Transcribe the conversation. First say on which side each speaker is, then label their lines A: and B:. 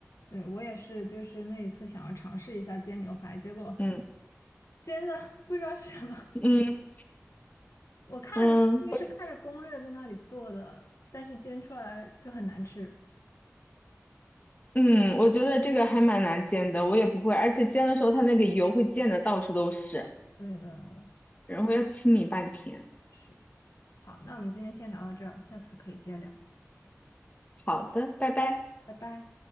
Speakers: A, on the left (about 75°); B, on the left (about 30°).
A: 对，我也是，就是那一次想要尝试一下煎牛排，结果
B: 嗯
A: 煎的不知道是什么。
B: 嗯
A: <laughs> 我看，
B: 嗯我
A: 因为是看着攻略在那里做的，但是煎出来就很难吃。
B: 嗯，我觉得这个还蛮难煎的，我也不会，而且煎的时候它那个油会溅的到处都是，
A: 对的，
B: 然后要清理半天。
A: 是。好，那我们今天先聊到这儿，下次可以接着聊，
B: 好的，拜拜。
A: 拜拜。